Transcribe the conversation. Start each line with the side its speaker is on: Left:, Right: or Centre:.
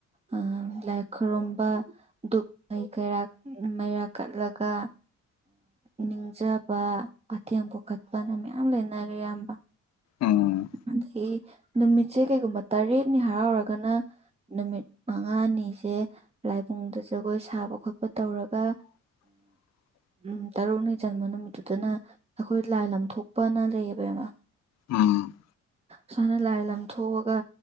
Right: ꯑ ꯂꯥꯏ ꯈꯨꯔꯨꯝꯝꯕ ꯗꯨꯛꯩ ꯀ ꯃꯩꯔꯥ ꯀꯠꯂꯒ ꯅꯤꯡꯖꯕ ꯑꯊꯦꯡ ꯄꯣꯛꯈꯠꯄꯅ ꯃꯌꯥꯝ ꯂꯩꯅꯔ꯭ꯔꯦ ꯑꯌꯥꯝꯕ
Left: ꯎꯝ
Right: ꯑꯗꯒꯤ ꯅꯨꯃꯤꯠꯁꯦ ꯀꯩꯒꯨꯝꯕ ꯇꯔꯦꯠꯅꯤ ꯍꯥꯏꯔꯥꯎꯔꯒꯅ ꯅꯨꯃꯤꯠ ꯃꯉꯥꯅꯤꯁꯦ ꯂꯥꯏꯕꯨꯡꯗ ꯖꯒꯣꯏ ꯁꯥꯕ ꯈꯣꯠꯄ ꯇꯧꯔꯒ
Left: <unintelligible>
Right: ꯎꯝ ꯇꯔꯨꯛꯅꯤ ꯟꯃ ꯅꯨꯃꯤꯠꯇꯨꯗꯅ ꯑꯩꯈꯣꯏ ꯂꯥꯏ ꯂꯊꯣꯛꯄꯅ ꯂꯩꯌꯦꯕꯃ
Left: ꯎꯝ
Right: ꯁꯨꯃꯅ ꯂꯥꯏ ꯂꯊꯣꯛꯑꯒ